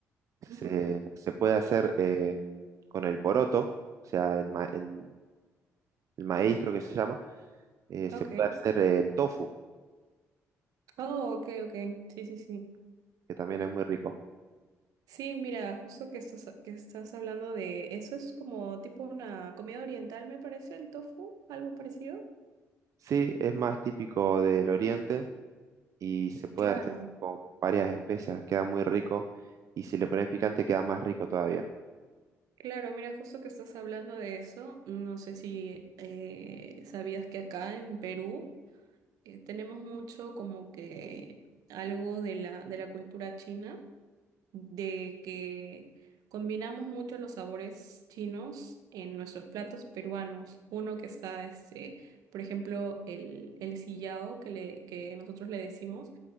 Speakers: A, on the right (about 60°); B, on the right (about 80°).
A: se,
B: Ujú,
A: se puede hacer eh, con el poroto, o sea, el, ma- el- el maíz creo que se llama. Eh, se
B: Ok.
A: puede hacer el tofu,
B: Oh, ok, ok. Sí, sí, sí.
A: que también es muy rico.
B: Sí, mira, justo que estás, que estás hablando de eso, es como tipo una comida oriental, me parece, el tofu, algo parecido.
A: Sí, es más típico del oriente y se puede
B: Claro,
A: hacer con varias especias, queda muy rico. Y si le pones picante, queda más rico todavía.
B: claro, mira, justo que estás hablando de eso, no sé si eh, sabías que acá en Perú eh, tenemos mucho como que algo de la, de la cultura china. de que combinamos mucho los sabores chinos en nuestros platos peruanos. Uno que está, este, por ejemplo, el, el sillao que, le, que nosotros le decimos,